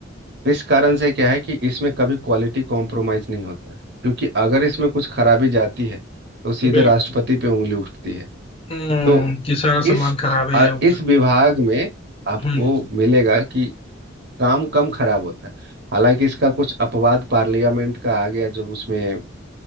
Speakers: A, on the right; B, on the left.
A: इस कारण से क्या है कि इसमें कभी क्वालिटी कॉम्प्रोमाइज नहीं होता क्योंकि अगर इसमें कुछ खराबी जाती है तो सीधे
B: बिल्कुल
A: राष्ट्रपति पे उंगली उठती है
B: हम्म
A: तो
B: कि सारा
A: इस
B: सामान खराब है
A: अ,
B: या होगा
A: इस विभाग में आपको
B: हम्म
A: मिलेगा कि काम कम खराब होता है हालांकि इसका कुछ अपवाद पार्लियामेंट का आ गया जब उसमें